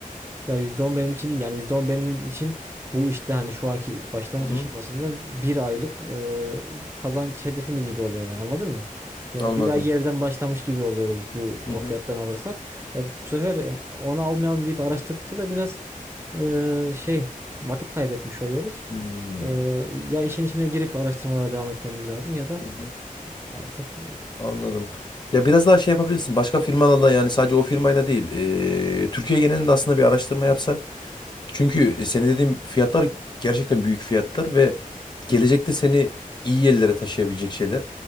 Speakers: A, on the right (about 15°); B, on the left (about 30°).
A: Ya %10 benim için iyi. Yani %10 benim için bu işte hani şu anki başlangıç
B: Hı hı.
A: aşamasında bir aylık e, kazanç hedefimiz gibi oluyor yani anladın mı? Yani
B: Anladım.
A: bir ay yerden başlamış gibi oluyoruz bu
B: Hı hı.
A: o fiyattan alırsak. Ya bu sefer e, onu almayalım deyip araştırdıkça da biraz e, şey vakit kaybetmiş oluyoruz.
B: Hmm.
A: E, ya işin içine girip araştırmalara devam etmemiz lazım ya da
B: Hı hı.
A: artık
B: Anladım. Ya biraz daha şey yapabilirsin. Başka firmalarla yani sadece o firmayla değil. e, Türkiye genelinde aslında bir araştırma yapsan Çünkü senin dediğim fiyatlar gerçekten büyük fiyatlar ve gelecekte seni iyi yerlere taşıyabilecek şeyler.